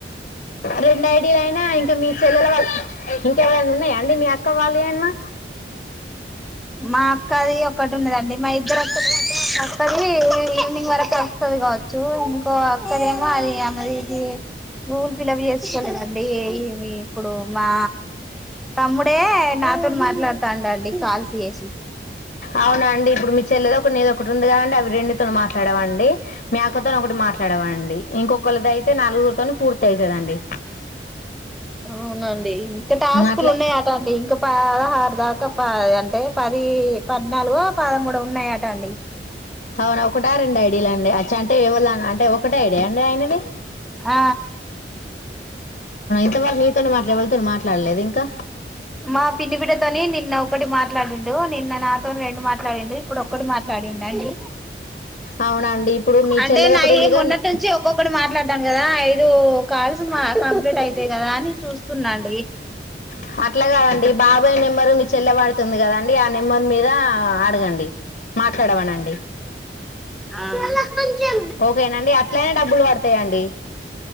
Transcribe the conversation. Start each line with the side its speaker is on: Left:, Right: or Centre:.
Left: రెండు ఐడిలు అయినా ఇంకా మీ చెల్లెల వాళ్ళ ఇంకెవరనా ఉన్నాయా అండి మీ అక్క వాళ్ పేనా
Centre: మా అక్క అది ఒకటి ఉన్నదండి మా ఇద్దరక్కలక్ అయితే కొత్తది ఇ ఈవినింగ్ వరకు అస్తది కావచ్చు ఇంకో అక్కడేమో అది ఆమె ఇది గూగుల్ పిల్లప్ చేస్కోలేదండి ఇది ఇప్పుడు మా తమ్ముడే నాతో మాట్లాడ్తాండండి కాల్స్ చేసి
Left: అవ్న అండి ఇప్పుడు మీ చెల్లేద్ ఒకట్ నిద్ ఒకట్ ఉంది కదండి అవి రెండితో మాట్లాడామండి మీ అక్కతో ఒకటి మాట్లాడమండి ఇంకోకల్దయితే నాల్గుర్తోని పూర్తి అయితదండి
Centre: అవునం ఇంకా టాస్కులు
Left: అట్లే
Centre: ఉన్నాయాట అండి ఇంకా పదహారు దాకా అంటే పది పద్నాల్ ఒ పదముడో ఉన్నాయట అండి
Left: అవ్నా ఒకటా రెండ ఐడిల అండి అచ్చ అంటే ఎవళ్ అంటే ఒకటే ఐడియా అండి ఆయ్నది
Centre: ఆ
Left: ఇంకవళ్ మీతోన్ మాట్లే ఎవల్ వాళ్ళతో మాట్లాడ్లేద ఇంకా
Centre: మా పినీ బిడతోని నిన్న ఒకటి మాట్లాడిండు నిన్న నా తొని రెండు మాట్లాడిండు ఇప్పుడు ఒక్కటి మాట్లాడిండు అండి
Left: అవ్న అండి ఇప్పుడు మీ
Centre: అంటే
Left: చెల్లెది
Centre: నాయి
Left: ఒకటి ఉంది కానీ
Centre: మొన్నటి నుంచి ఒక్కొక్కటి మాట్లాడ్డాను కదా ఐదు కాల్స్ మ కంప్లీట్ అయితాయి కదా ఆని చూస్తున్నాండి
Left: అ అట్లా కాదండి బాబాయ్ నెంబరు మీ చెల్లె వడ్తుంది కదండి ఆ నెంబర్ మీద అడగండి మాట్లాడవనండి
Centre: ఆ
Left: ఓకేనండి అట్లయిన డబ్బులు వడ్తాయండి